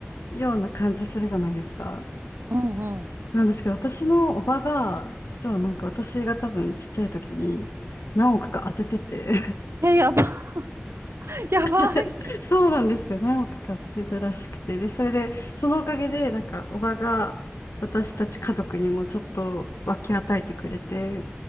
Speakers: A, on the left; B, on the right.
A: ような感じするじゃないですか。
B: うんう
A: なんですけど、私のおばが、実はなんか私が多分ちっちゃい時に何億か当ててて
B: ん。え、やば、<laughs> やばい。
A: <laughs> そうなんですよ。何億か当ててたらしくて。で、それで、そのおかげで、なんかおばが私たち家族にもちょっと分け与えてくれて、